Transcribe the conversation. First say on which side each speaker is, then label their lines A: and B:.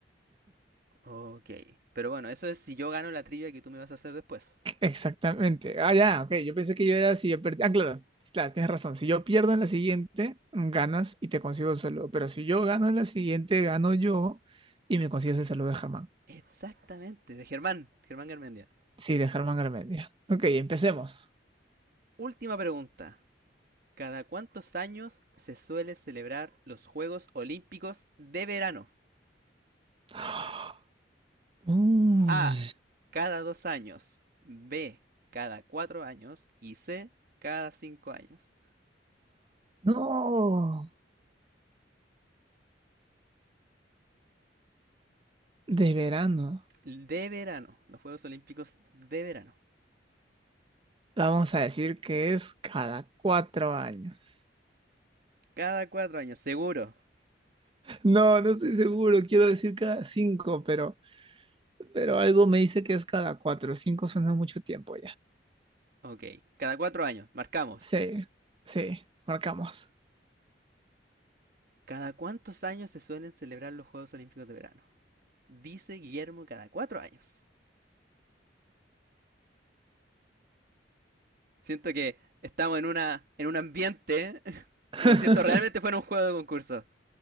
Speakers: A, on the right; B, on the right.
A: Ok. Pero bueno, eso es si yo gano la trivia que tú me vas a hacer después.
B: Exactamente. Ah, ya, ok. Yo pensé que yo era si yo perdí. Ah, claro, sí, claro, tienes razón. Si yo pierdo en la siguiente, mm, ganas y te consigo el saludo. Pero si yo gano en la siguiente, gano yo y me consigues el saludo de Germán.
A: Exactamente, de Germán, Germán Garmendia.
B: Sí, de Germán Garmendia. Ok, empecemos.
A: Última pregunta. ¿Cada cuántos años se suele celebrar los Juegos Olímpicos de verano?
B: <gasps> Uy,
A: A. Cada dos años. B. Cada cuatro años. Y C. Cada cinco años.
B: no, de verano.
A: De verano. Los Juegos Olímpicos de verano.
B: La vamos a decir que es cada cuatro años.
A: Cada cuatro años, seguro.
B: No, no estoy seguro. Quiero decir cada cinco, pero, pero algo me dice que es cada cuatro. Cinco suena mucho tiempo
A: Ok. Cada cuatro años. Marcamos.
B: Sí, sí, marcamos.
A: ¿Cada cuántos años se suelen celebrar los Juegos Olímpicos de verano? Dice Guillermo cada cuatro años. Siento que estamos en una en un ambiente <laughs>
B: <laughs>
A: como si esto realmente fuera un juego de concurso.